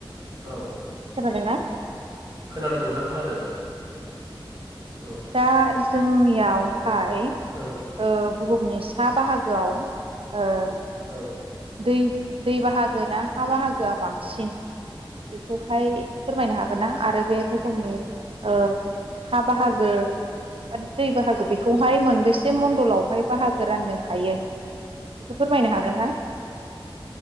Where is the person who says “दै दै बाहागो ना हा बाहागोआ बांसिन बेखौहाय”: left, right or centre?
Right